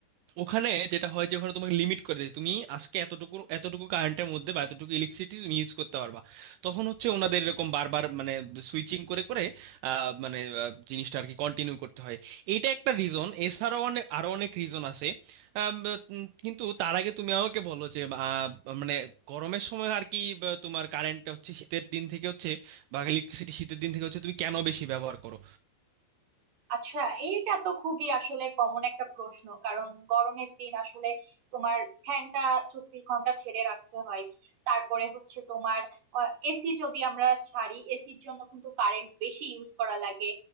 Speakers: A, on the right; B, on the right.
A: ওখানে যেটা হয় যে ওখানে তোমাকে লিমিট করে দেয় তুমি আজকে এতটুকু এতটুকু কারেন্টের মধ্যে বা এতটুকু ইলেকট্রিসিটি তুমি ইউজ করতে পারবা তখন হচ্ছে ওনাদের এরকম বারবার মানে সুইচিং করে করে আহ, মানে আহ, জিনিসটা আর কি কন্টিনিউ করতে হয় এটা একটা রিজন এছাড়াও অনেক আরো অনেক রিজন আছে আম, উম, কিন্তু তার আগে তুমি আমাকে বলো যে আহ, মানে গরমের সময় আর কি বা তোমার কারেন্টটা হচ্ছে শীতের দিন থেকে হচ্ছে বা ইলেকট্রিসিটি শীতের দিন থেকে হচ্ছে তুমি কেন বেশি ব্যবহার করো
B: আচ্ছা এইটা তো খুবই আসলে কমন একটা প্রশ্ন কারণ গরমের দিন আসলে তোমার ফ্যানটা চব্বিশ ঘন্টা ছেড়ে রাখতে হয় তারপরে হচ্ছে তোমার এসি যদি আমরা ছাড়ি এসির জন্য কিন্তু কারেন্ট বেশি ইউজ করা লাগে